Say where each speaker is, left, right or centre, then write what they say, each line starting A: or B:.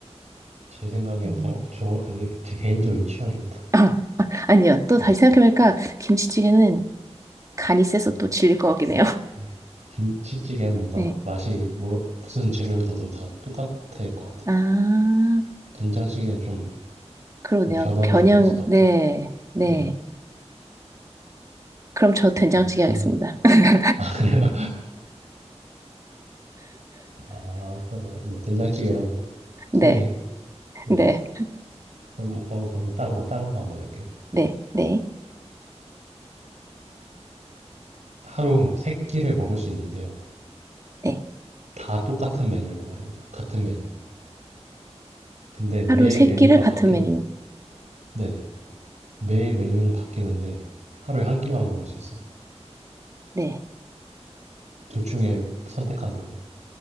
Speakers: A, on the right (about 85°); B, on the right (about 30°).
A: 제 생각엔
B: 음.
A: 어 저 네 제 개인적인 취향입니다.
B: 아, 아, 아니요. 또 다시
A: 네.
B: 생각해보니까
A: 네
B: 김치찌개는 간이 세서 또 질릴 것 같긴 해요.
A: 네. 김치찌개는 뭔가
B: 네.
A: 맛이 뭐 무슨 재료를 넣어도 다 똑같을 것 같아요.
B: 아,
A: 된장찌개는 좀
B: 그러네요.
A: 이런 변화를
B: 변형,
A: 줄 수 있을 것
B: 네,
A: 같아요.
B: 네.
A: 네.
B: 그럼 저 된장찌개
A: 좀 간
B: 하겠습니다. <laughs>
A: <laughs> 그래요? 아 그러면 네 된장찌개로
B: 네,
A: 통해 네.
B: 네,
A: 그럼 뭐- 어 그러면 다른 거 다른 거 한번 해 볼게요.
B: 네, 네,
A: 하루 3 끼를 먹을 수 있는데요.
B: 네.
A: 다 똑같은 메뉴를 먹어야 됩니다. 같은 메뉴. 근데 매일
B: 하루 세
A: 메뉴가
B: 끼를 같은
A: 바뀌는,
B: 메뉴.
A: 네네. 매일 메뉴는 바뀌는데 하루에 한 끼만 먹을 수 있어요.
B: 네.
A: 둘 중에 선택한다면?